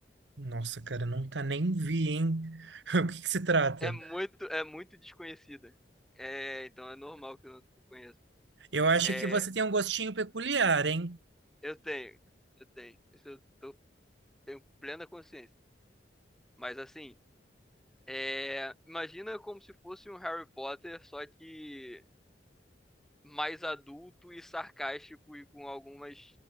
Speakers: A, on the right; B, in the centre.
A: Nossa, cara, nunca nem vi, hein? <laughs> O que que se trata?
B: É muito, é muito desconhecida. É, então é normal que eu não conheça.
A: Eu acho
B: É,
A: que você tem um gostinho peculiar, hein?
B: eu tenho, eu tenho. Isso eu tô- tenho plena consciência. Mas assim, é, imagina como se fosse um Harry Potter, só que mais adulto e sarcástico e com algumas,